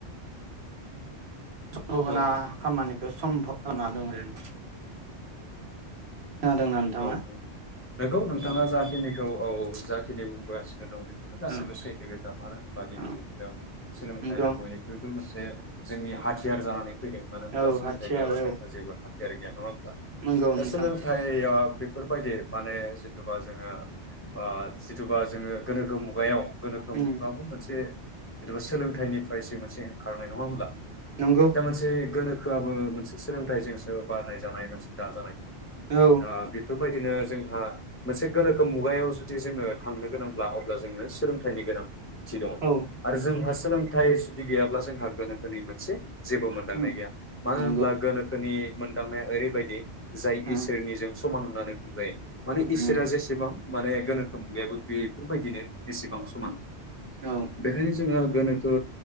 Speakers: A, on the right; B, on the left.
A: भना
B: औ
A: खामानिखौ सम्भब। <unintelligible> खोनादोंना नोंथाङा
B: औ औ नोंगौ नोंथाङा
A: औ
B: जाखिनि औ औ जाखिनि बुंबोगासिनो दं गासैबो
A: औ
B: सैथो गोजा मानो होनबा दिनैनि
A: औ
B: मुगायाव सोलोंथायाइानो
A: नंगौ
B: बयख्रुइबो मोनसे जे जोंनि हाथियार जानानै फैदों मानो होनब्ला
A: औ
B: सोलोंथाय
A: हाथियार
B: गैयाब्ला
A: औ
B: जोंहा जेबो हा थियारि गैया नङा
A: नंगौ
B: दा
A: नोंथां
B: सोलोंथाइ दैया बेफोरबायदि माने जिथुबा जोङा ओ जिथुबा जोङो गोनोखो मुगायाव गोनोखो
A: उम
B: मुगाबो मोनसे जेनेबा सोलोंथाइनिफ्रायसो मोनसे ओंखारनाय नङा होनब्ला?
A: नंगौ
B: दा मोनसे गोनो खोआबो मोनसे सोलोंथाइजोंसो बारनाय जानाय मोनसे दाजानाय।
A: औ
B: दा बेफोरबायदिनो जोंहा मोनसे गोनोखो मुगायाव जुदि जोंङो थांनो गोनांब्ला अब्ला जोंनो सोलोंथाइनि गोनां। थि दङ
A: औ
B: आरो जों मास सोलोंथाय जुदि गैयाब्ला जोंहा गोनोखोनि मोनसे जेबो मोनदांनाय
A: उम
B: गैया मानो
A: नंगौ
B: होनब्ला गोनोखोनि मोनदांनाया ओरैबायदि जाय
A: उम
B: इसोरनिजों समान होननानै बुंजायो। माने इसोरा
A: उम
B: जेसेबां माने गोनोखोम मुगायाबो बेफोरबायदिनो एसेबां समान।
A: औ
B: <unintelligible> जोंहा गोनोखो